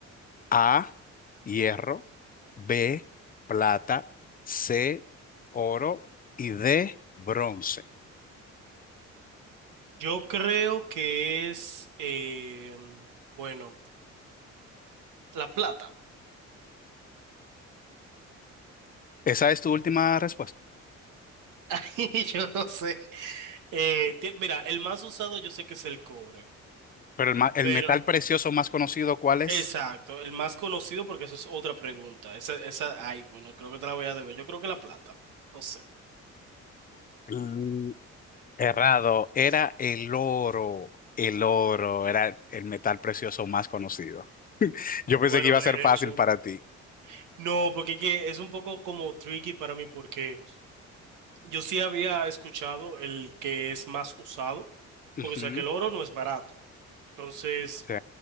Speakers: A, on the left; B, on the right.
A: A, hierro, B, plata, C, oro y D, bronce.
B: Yo creo que es, eh, bueno, la plata.
A: Esa es tu última respuesta.
B: <laughs> Yo no sé. Eh, ti- mira, el más usado yo sé que es el cobre,
A: Pero el, ma- el
B: pero
A: metal precioso más conocido, ¿cuál es?
B: exacto, el más conocido porque eso es otra pregunta. Esa, esa, ay, bueno, creo que te la voy a deber. Yo creo que la plata, no sé.
A: Mm, Errado, era el oro. El oro era el el metal precioso más conocido. Yo pensé
B: Bueno,
A: que iba
B: de
A: a ser fácil
B: hecho,
A: para ti.
B: no, porque es que es un poco como tricky para mí porque Yo sí había escuchado el que es más usado,
A: Ujú,
B: porque o sea que el oro no es barato. Entonces,
A: Sí,